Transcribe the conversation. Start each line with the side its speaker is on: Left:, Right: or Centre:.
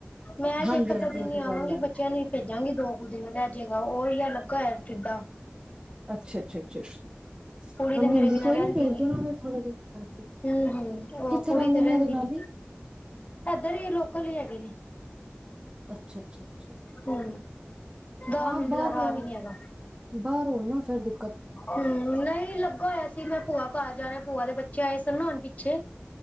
Left: ''ਮੈਂ
Right: ਹਾਂਜੀ
Left: ਤੇ ਇੱਕ-ਅੱਧਾ
Right: ਹਾਂਜੀ
Left: ਦਿਨ
Right: ਉਹ ਤਾਂ
Left: ਹੀ
Right: ਗੱਲ
Left: ਆਵਾਂਗੀ,
Right: ਹੈ
Left: ਬੱਚਿਆਂ ਨੂੰ ਹੀ ਭੇਜਾਂਗੀ ਦੋ ਕੁ ਦਿਨ ਰਹਿਜੇ ਉਹੀ ਆ, ਲੱਗਾ ਹੋਇਆ ਫਿੱਡਾ।
Right: ਅੱਛਾ-ਅੱਛਾ-ਅੱਛਾ-ਅੱਛਾ,
Left: ਕੁੜੀ
Right: ਹਾਂਜੀ-ਹਾਂਜੀ
Left: ਤੇ ਮੇਰੇ ਬਿਨਾਂ
Right: ਕੋਈ
Left: ਰਹਿੰਦੀ
Right: ਨੀ ਭੇਜ ਦੇਣਾ ਫਿਰ, ਥੋੜੇ ਦਿਨ ਹਾਂਜੀ।
Left: ਹੂੰ, ਹੂੰ ਉਹ
Right: ਕਿੱਥੇ
Left: ਕੁੜੀ
Right: ਰਹਿੰਦੇ
Left: ਤੇ
Right: ਨੇ
Left: ਰਹਿੰਦੀ
Right: ਇਹਦੇ ਨਾਨੀ
Left: ਨੀ। ਇਧਰ ਹੀ, ਲੋਕਲ ਹੀ ਹੈਗੇ ਨੇ।
Right: ਅੱਛਾ-ਅੱਛਾ- ਅੱਛਾ।
Left: ਹੂੰ। ਦਸ
Right: ਹਾਂ,
Left: ਮਿੰਟ
Right: ਬਾਹਰ
Left: ਦਾ
Right: ਰਹੋਂ
Left: ਰਾਹ ਵੀ ਨੀ ਹੈਗਾ
Right: ਬਾਹਰ ਰਹੋਂ ਨਾ ਫਿਰ ਦਿਕ
Left: ਹੂੰ, ਨਹੀਂ ਲੱਗਾ ਹੋਇਆ ਸੀ ਮੈਂ ਭੂਆ ਘਰ ਜਾਣਾ, ਭੂਆ ਦੇ ਬੱਚੇ ਆਏ ਸਨ ਨਾ ਹੁਣ ਪਿੱਛੇ।